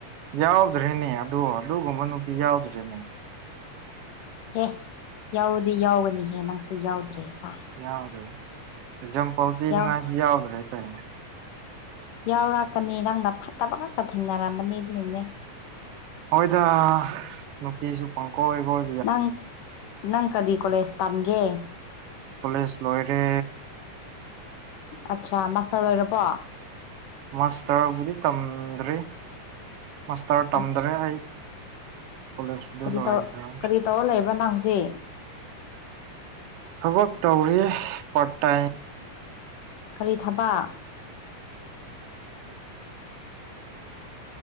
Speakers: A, on the right (about 75°); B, on the left (about 75°).
A: ꯌꯥꯎꯗ꯭ꯔꯤꯅꯦ ꯑꯗꯣ ꯑꯗꯨꯒꯨꯝꯕ ꯅꯨꯄꯤ ꯌꯥꯎꯗ꯭ꯔꯤꯅꯦ
B: ꯍꯦ ꯌꯥꯎꯗꯤ ꯌꯥꯎꯒꯅꯤꯍꯦ ꯅꯪꯁꯨ ꯌꯥꯎꯗ꯭ꯔꯦ ꯀꯥꯏ
A: ꯌꯥꯎꯗ꯭ꯔꯦꯖꯝ ꯄꯥꯎ ꯄꯤꯅꯤꯡꯉꯥꯏꯁꯨ
B: ꯌꯥꯎ
A: ꯌꯥꯎꯗ꯭ꯔꯦ ꯀꯩꯅꯣ
B: ꯌꯥꯎꯔꯛꯀꯅꯤ ꯅꯪꯅ ꯐꯠꯇꯕ ꯉꯛꯇ ꯊꯦꯡꯅꯔꯝꯃꯅꯤ ꯑꯗꯨꯅꯅꯦ
A: ꯑꯩꯈꯣꯏꯗ ꯅꯨꯄꯤꯁꯨ ꯄꯪꯀꯣꯏ ꯑꯣꯏꯈꯣꯏ
B: ꯅꯪ ꯅꯪ ꯀꯔꯤ ꯀꯣꯂꯦꯖ ꯇꯝꯒꯦ
A: ꯀꯂꯦꯖ ꯂꯣꯏꯔꯦ
B: ꯑꯠꯆꯥ ꯃꯥꯁꯇꯔ ꯑꯣꯏꯔꯕꯣ
A: ꯃꯥꯁꯇꯔꯕꯨꯗꯤ ꯇꯝꯗ꯭ꯔꯤ ꯃꯥꯁꯇꯔ ꯇꯝꯗ꯭ꯔꯦ
B: ꯑꯠꯆꯥ
A: ꯑꯩ ꯀꯣꯂꯦꯖꯄꯨꯗꯤ
B: ꯀ
A: ꯂꯣꯏꯈ꯭ꯔꯦ
B: ꯇꯧ ꯀꯔꯤ ꯇꯧꯔ ꯂꯩꯕ꯭ꯔꯅ ꯍꯧꯖꯤꯛ
A: ꯊꯕꯛ ꯇꯧꯔꯤ ꯄꯥꯔꯠ ꯇꯥꯏꯝ
B: ꯀꯔꯤ ꯊꯕ